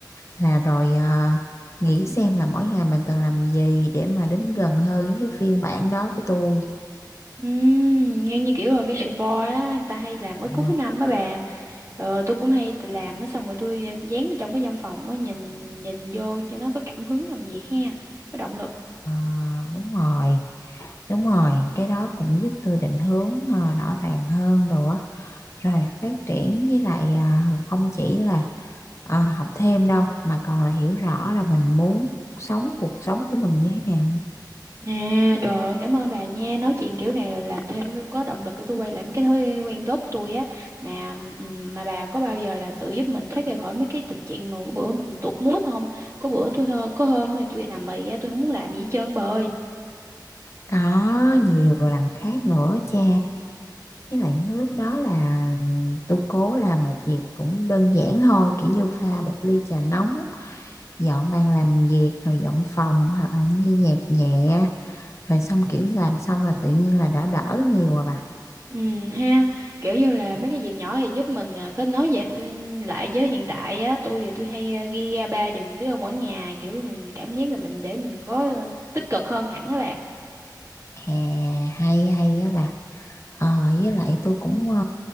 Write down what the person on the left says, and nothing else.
là rồi à, nghĩ xem là mỗi ngày mình cần làm gì để mà đến gần hơn với cái phiên bản đó của tôi.
Ờ,
ờ, đúng rồi, đúng rồi, cái đó cũng giúp tôi định hướng à, rõ ràng hơn rồi á. Rồi phát triển với lại à, không chỉ là à, học thêm đâu mà còn là hiểu rõ là mình muốn sống cuộc sống của mình như thế nào nữa.
Có nhiều lần khác nữa cha. Với lại những lúc đó là tôi cố làm một việc cũng đơn giản thôi, kiểu như pha một ly trà nóng, dọn bàn làm việc, rồi dọn phòng hoặc là nghe nhạc nhẹ, rồi xong kiểu như làm xong là tự nhiên là đã đỡ nhiều rồi bà.
À, hay hay á bà. Ờ, với lại tôi cũng ờ,